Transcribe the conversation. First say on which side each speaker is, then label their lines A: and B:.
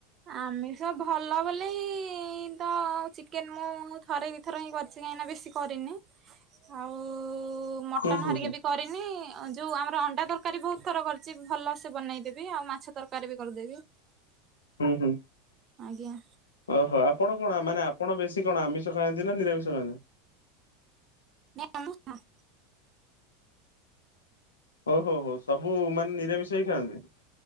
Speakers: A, on the right (about 35°); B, on the left (about 70°).
A: ଆମିଷ ଭଲ ବୋଲି ତ ଚିକେନ ମୁଁ ଥରେ ଦି ଥର ହିଁ କରିଚି ନହେନେ ବେଶୀ କରିନି ଆଉ ମଟନ
B: ହୁଁ ହୁଁ
A: ହରିକା
B: ହୁଁ
A: ବି କ ରିନି ଯୋଉ ଆମର ଅଣ୍ଡା ତରକାରୀ ବହୁତ୍ ଥର କରିଚି ଭଲସେ ବନେଇଦେ ବି ଆଉ ମାଛ ତରକାରୀ ବି କରିଦେବି।
B: ହୁଁ ହୁଁ।
A: ଆଜ୍ଞା।
B: ଓହୋ ଆପଣ କଣ ମାନେ ଆପଣ ବେଶୀ କଣ ଆମିଷ ଖାଆନ୍ତି ନା ନିରାମିଷ ଖାଆନ୍ତି?
A: ନା <unintelligible>
B: ଓହୋ ହୋ ସବୁ ମାନେ ନିରାମିଷ ହିଁ ଖାଆନ୍ତି।